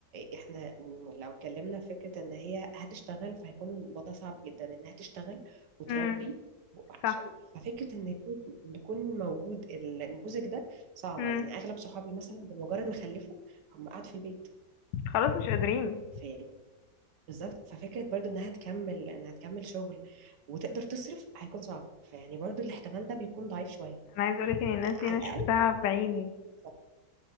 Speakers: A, on the right; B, on the left.
A: إحنا لو اتكلمنا في فكرة إن هي هتشتغل فهيكون الوضع صعب جدا إنها تشتغل وتربي
B: امم
A: وعشان
B: صح
A: ففكرة إن يكون إن يكون موجود النموذج ده صعبة
B: مم.
A: يعني أغلب صحابي مثلا بمجرد ما خلفوا هم قعدوا في البيت
B: خلاص مش قادرين
A: في بالظبط ففكرة برضو إنها تكمل إنها تكمل شغل وتقدر تصرف هيكون صعب فيعني برضو الاحتمال ده بيكون ضعيف شوية
B: انا عايز اقولك ان الناس
A: على
B: دي انا
A: الأقل
B: شفتها بعيني
A: بالظبط.